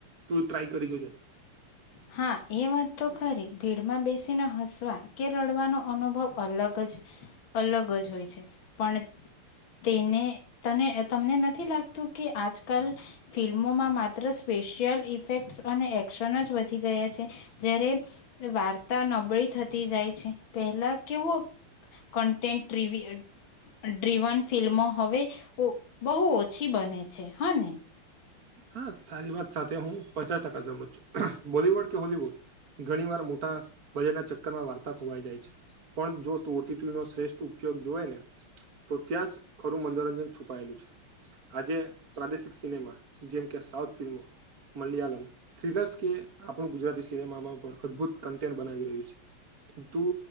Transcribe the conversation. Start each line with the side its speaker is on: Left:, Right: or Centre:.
Right: તું ટ્રાય કરી જોજે
Left: હા એ વાત તો ખરી ભીડમાં બેસીને હસવા કે રડવાનો અનુભવ અલગ જ અલગ જ હોય છે, પણ તેને તને તમને નથી લાગતું કે આજકાલ ફિલ્મોમાં માત્ર સ્પેશિયલ ઇફેક્ટ્સ અને એક શ્ષણ જ વધી ગયા છે, જયારે વાર્તા નબળી થતી જાય છે. પહેલા કેવો કન્ટેન્ટ <inaudible> ડ્રીવન ફિલ્મો હવે બહુ ઓછી બને છે, હા ને!
Right: હા તારી વાત સાથે હું પચાસ ટકા ગમત છું, બોલીવુડ કે હોલીવુડ ઘણી વાર મોટા ભયના ચક્કરમાં વાર્તા ખોવાઈ જાય છે, પણ જો નો શ્રેષ્ઠ ઉપયોગ હોય ને તો ત્યાં જ ખરું મનોરંજન છુપાયેલું છે. આજે પ્રાદેશિક સિનેમા જેમ કે સાઉથ ફિલ્મો, મલયાલમ, થ્રીલર્સ કે આપણું ગુજરાતી સિનેમામાં પણ અદભુત કન્ટેન્ટ બનાવી રહ્યું છે. તું